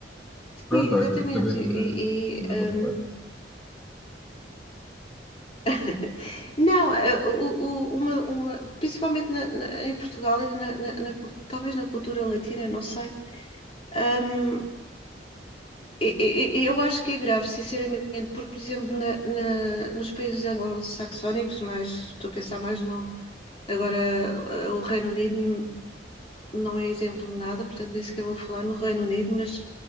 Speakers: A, in the centre; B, on the left.
A: pronto,
B: Sim, exatamente.
A: olha, acabei por
B: E,
A: desabafar.
B: e, hum, <laughs> Não, eh, o- o- uma, uma- principalmente na- na- em Portugal, e na- na- na cul- talvez na cultura latina, não sei. Hum, e- e- e eu acho que é grave, sinceramente, porque, por exemplo, na- na- nos países anglo-saxónicos, mas estou a pensar mais no. Agora, eh, o Reino Unido não é exemplo de nada, portanto, nem sequer vou falar no Reino Unido, mas